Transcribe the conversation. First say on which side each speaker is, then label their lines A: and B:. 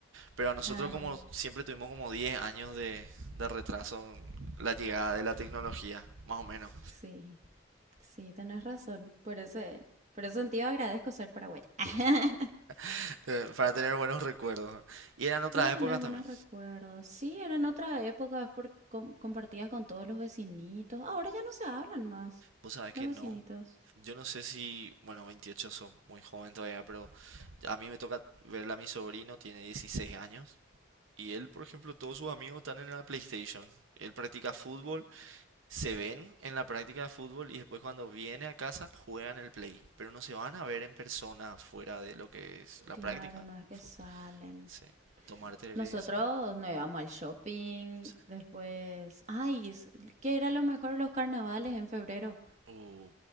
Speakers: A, on the right; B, on the right.
A: Pero a nosotros
B: Claro,
A: como siempre tuvimos como 10 años de, de retraso en la llegada de la tecnología, más o menos,
B: sí. Sí, tenés razón. Por ese, por ese sentido agradezco ser paraguaya. <laughs>
A: <laughs> eh, para tener buenos recuerdos. Y eran otras
B: Para tener
A: épocas también.
B: buenos recuerdos. Sí, eran otras épocas por- com- compartidas con todos los vecinitos. Ahora ya no se hablan más.
A: Vos sabés que
B: Los vecinitos.
A: no. Yo no sé si, bueno, 28 son muy joven todavía, pero a mí me toca verla a mi sobrino, tiene 16 años. Y él, por ejemplo, todos sus amigos están en la PlayStation. Él practica fútbol, se ven en la práctica de fútbol y después cuando viene a casa juegan el Play. Pero no se van a ver en persona fuera de lo que es la
B: Claro,
A: práctica.
B: no es que
A: Fútbol.
B: salen.
A: Sí. Tomar cerveza.
B: Nosotros nos íbamos al shopping,
A: Sí.
B: después... Ay, es- ¿qué era lo mejor de los carnavales en febrero?
A: Uh,